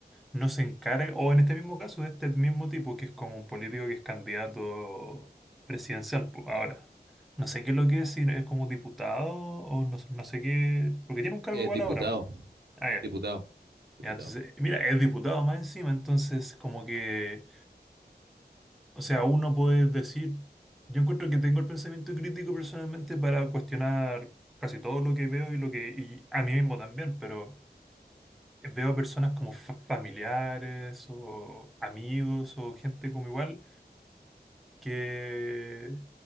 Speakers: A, in the centre; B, on the right.
A: no se encarga, o en este mismo caso, de este mismo tipo, que es como un político que es candidato presidencial, po, ahora. No sé qué es lo que es, si es como diputado o no, no sé qué, porque tiene un cargo
B: Es
A: igual
B: diputado.
A: ahora. po. Ah, ya.
B: Diputado. Diputado.
A: Ya, entonces, mira, es diputado más encima, entonces como que, o sea, uno puede decir, yo encuentro que tengo el pensamiento crítico personalmente para cuestionar casi todo lo que veo y lo que, y a mí mismo también, pero veo a personas como fa- familiares o amigos o gente como igual que